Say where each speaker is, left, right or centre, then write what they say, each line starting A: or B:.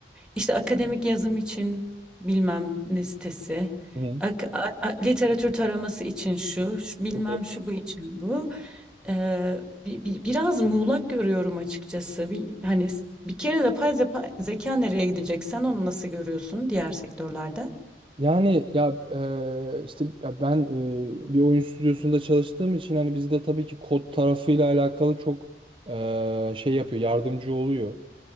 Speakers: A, in the centre; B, on the right (about 30°).
A: İşte akademik yazım için bilmem ne sitesi,
B: hı.
A: ak- a- a- literatür taraması için şu, şu- bilmem
B: Hı.
A: şu bu için bu. Ee, bi- bi- biraz muğlak görüyorum açıkçası. Bir, hani s- bir kere yapay zepa- zeka nereye gidecek? Sen onu nasıl görüyorsun diğer sektörlerde?
B: Yani ya eee, işte ya ben eee, bir oyun stüdyosunda çalıştığım için hani bizde tabii ki kod tarafıyla alakalı çok eee, şey yapıyor, yardımcı oluyor.